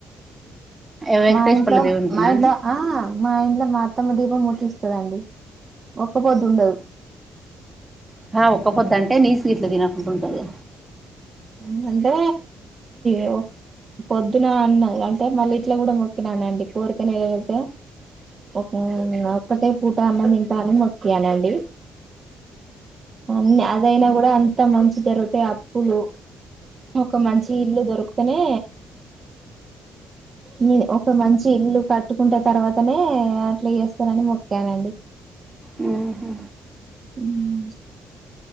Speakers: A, on the right (about 20°); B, on the right (about 35°).
A: ఏ వెంకటేశ్వర్ల
B: మా ఇంట్లో
A: దేవునికినా
B: మా ఇంట్లో
A: అండి
B: ఆ మా ఇంట్లో మా అత్తమ్మ దీపం ముట్టిస్తదండి ఒక్క పొద్దుండదు
A: హా ఒక్కపోద్దంటే నీసీ గిట్లా తినకుండుంటది
B: మ్ అంటే ఏవో పొద్దున అన్న అంటే మళ్ళీ ఇట్ల కూడా మొక్కినానండి కోరిక నెరవేరితే ఒకే ఒక్కటే పూట అన్నం తింటా అన మొక్కియా నండి హ్మ్ అదయినా కూడా అంత మంచి జరుగుతే అప్పులు ఒక మంచి ఇల్లు దొరుకుతనే మీ ఒక మంచి ఇల్లు కట్ కట్టుకుంటే తర్వాతనే అట్ల జేస్తనని మొక్కానండి
A: మ్మ్ హా
B: ఉన